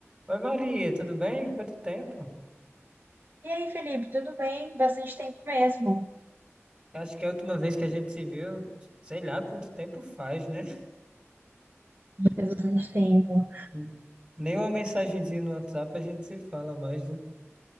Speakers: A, on the right; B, on the right.
A: Oi Maria, tudo bem? Quanto tempo?
B: E aí, Felipe, tudo bem? Bastante tempo mesmo.
A: Acho que é a última vez que a gente se viu, sei lá quanto tempo faz, né?
B: Faz bastante tempo.
A: <laughs> Nenhuma mensagenzinha no WhatsApp a gente se fala mais, né?